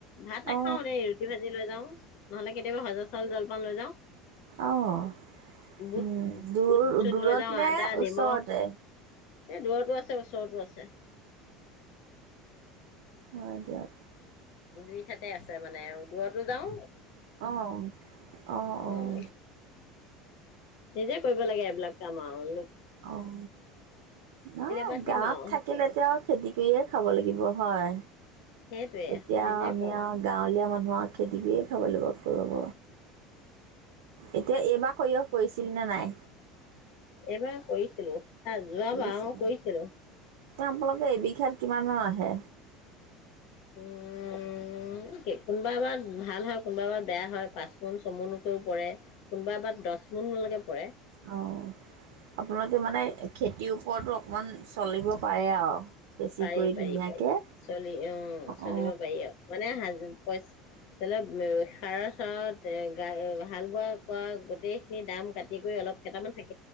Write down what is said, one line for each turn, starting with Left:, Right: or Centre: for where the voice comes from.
Left: ভাত নাখাওঁ
Right: অ
Left: দেই ৰুটি, ভাজি লৈ যাওঁ, নহ'লে কেতিয়াবা ভজা চাউল জলপান লৈ যাওঁ। <inaudible>
Right: অহ,
Left: বুট
Right: উম দ
Left: বুট চুট
Right: দূৰত
Left: লৈ যাওঁ
Right: নে
Left: আদা
Right: ওচৰতে?
Left: নিমখ এই দূৰতো আছে, ওচৰতো আছে।
Right: অ দিয়ক।
Left: দুই ঠাইতে আছে। মানে দূৰতো যাও,
Right: অহ-অহ-অহ।
Left: উম নিজে কৰিব লাগে এইবিলাক। কাম আও।
Right: অ' ন
Left: বাদ দিম
Right: গাঁৱত
Left: আৰু
Right: থাকিলেটো আৰু খেতি কৰিয়ে খাব লাগিব হয়।
Left: সেইটোৱে
Right: এতিয়া
Left: নিজে
Right: আমি
Left: কওঁ
Right: আৰু গাঁৱলীয়া মানুহ। গাঁৱত খেতি কৰিয়ে খাব লাগিব। এতিয়া এইবাৰ সৰিয়হ কৰিছিল নে নাই?
Left: এইবাৰ কৰিছিলো। হ যোৱা
Right: কৰিছিলে
Left: বাৰু কৰিছিলো।
Right: আপোনালোকে এবিঘাত কিমান মান আহে?
Left: কোনোবা এবাৰ ভাল হয়, কোনোবা এবাৰ বেয়া হয়, পাঁচ মোন ছমোনকৈও পৰে, কোনোবা এবাৰ দহ মোনলৈকে পৰে।
Right: অ' আপোনালোকে মানে খেতিও, ওপৰটো অকণমান চলিব পাৰে আৰু। বেছি
Left: পাৰি-পাৰি-পাৰি
Right: কৰি ধুনীয়াকে অ
Left: চলি অ চলিব
Right: অ
Left: পাৰি আৰু মানে হাজ পইচা। সাৰৰ চাৰত গা হাল বোৱা কৰা গোটেই খিনি দাম কাটি কৰি অলপ কেইটামান থাকি